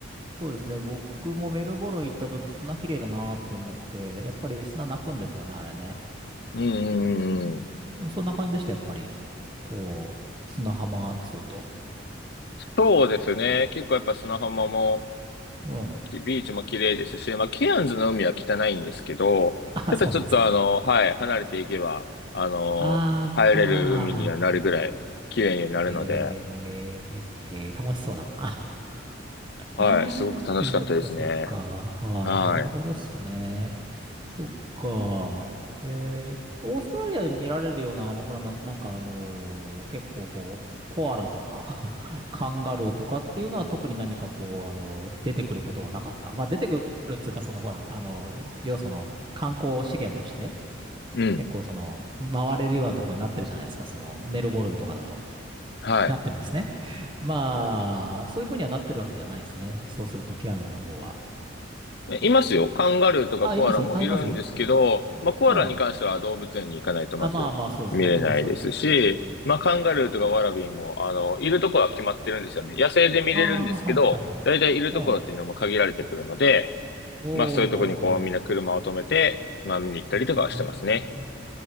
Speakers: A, on the right; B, on the left.
A: そうですね。僕もメルボルン行った時砂綺麗だなって思って、やっぱり砂泣くんですよね、あれね。
B: うんうんうんうん。
A: そんな感じでした、やっぱり。こう、砂浜っつうと。
B: そうですね。結構やっぱ砂浜も
A: うん。
B: きビーチも綺麗ですし、まあ、ケアンズの海は汚いんですけど、
A: あ、
B: ただちょっとあの、
A: そうなんですか。
B: はい、離れていけば、あの、
A: ああ、
B: 入れる海にはなるぐらい綺麗になるので、
A: ああ。えー、えーえー楽しそうだな。<laughs>
B: はい、すごく楽しかったですね。
A: そっかそっか。はい。
B: はい。
A: なるほどっすね。そっか。えー、オーストラリアで見られるような、あの、ほら、なん、なんかあのー結構こう、コアラとか <laughs> カンガルーとかっていうのは特に何かこう、あの出てくることはなかった。まあ、出てくるっつうか、そのほら、あの、要はその、観光資源として、
B: うん。
A: 結構その、回れるようなとこになってるじゃないですか、その、メルボルンとかだと。
B: はい。
A: なってるんですね。まあ、そういう風にはなってるわけじゃないですね。そうすると、ケアンズの方は。
B: いますよ。カンガルーとかコアラもいるんですけど、
A: あ、いますあ、います
B: まあ、コアラに関しては動物園に行かないとまず見れないですし、
A: うん。あ、まあまあ、そうですね。うん、そうですね、そうですね。
B: まあ、カンガルーとかワラビーも、あの、いるところは決まってるんですよね。野生で見れるんですけど、
A: ああ、はいはいはい。
B: だいたいいるところっていうのも限られてくるので、
A: うん。おー、
B: まあそういうとこにこうみんな車を止めて、
A: なるほど。
B: まあ見に行ったりとかはしてますね。
A: うーん。